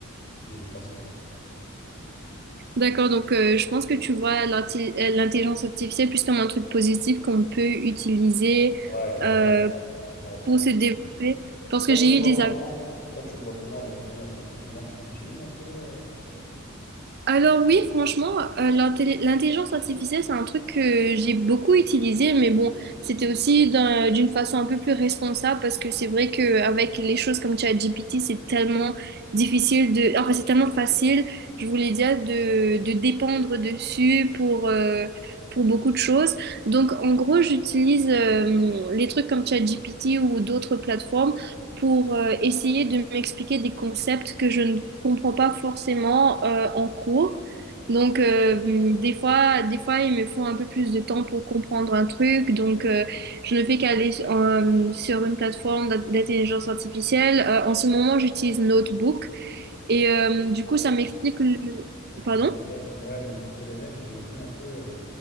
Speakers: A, on the left; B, on the right.
A: Aider les personnes, quoi.
B: D'accord, donc euh, je pense que tu vois l'inti- euh, l'intelligence artificielle plus comme un truc positif qu'on peut utiliser
A: Ouais, carrément.
B: euh,
A: Ouais, 100%.
B: pour se développer. Parce
A: Toi,
B: que j'ai
A: tu le vois
B: eu des
A: comment? Toi, tu le vois comment, là, aujourd'hui, en tant qu'étudiant, tu l'utilises un peu? euh,
B: Alors oui, franchement, euh, l'intelli- l'intelligence artificielle, c'est un truc que j'ai beaucoup utilisé, mais bon, c'était aussi d'un- d'une façon un peu plus responsable parce que c'est vrai qu'avec les choses comme ChatGPT, c'est tellement difficile de... Enfin, c'est tellement facile, je voulais dire, de, de dépendre dessus pour, euh, pour beaucoup de choses. Donc, en gros, j'utilise euh, les trucs comme ChatGPT ou d'autres plateformes pour euh, essayer de m'expliquer des concepts que je ne comprends pas forcément euh, en cours. Donc, euh, hum, des fois, des fois, il me faut un peu plus de temps pour comprendre un truc. Donc, euh, je ne fais qu'aller euh, sur une plateforme d'in- d'intelligence artificielle. Euh, en ce moment, j'utilise Notebook. Et euh,
A: Oui,
B: du
A: c'est
B: coup,
A: très
B: ça
A: puissant.
B: m'explique le...
A: Notebook
B: Pardon?
A: LLM. Ouais, Notebook LLM, j'ai vu un peu. euh,